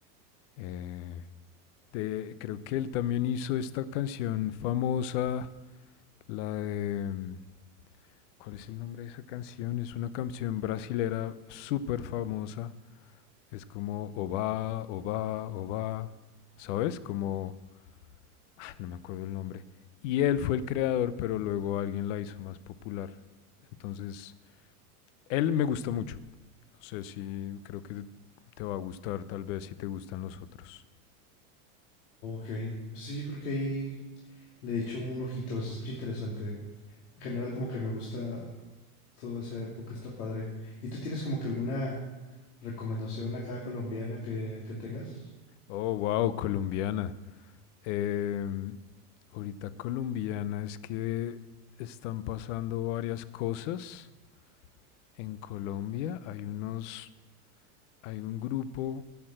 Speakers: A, on the left; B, on the left.
A: Eh, de, creo que él también hizo esta canción famosa, la de... mm, ¿Cuál es el nombre de esa canción? Es una canción brasilera súper famosa. Es como Oba, Oba, Oba, ¿sabes? Como... ah, no me acuerdo el nombre. Y él fue el creador, pero luego alguien la hizo más popular. Entonces, él me gusta mucho. No sé si creo que te va a gustar, tal vez si te gustan los otros.
B: Ok. Pues sí, yo creo que ahí le echo un ojito, se escucha interesante. En general, como que me gusta toda esa época, está padre. ¿Y tú tienes como que alguna recomendación acá colombiana que, que tengas?
A: Oh, wow, colombiana. Em, ahorita colombiana es que están pasando varias cosas en Colombia. Hay unos, hay un grupo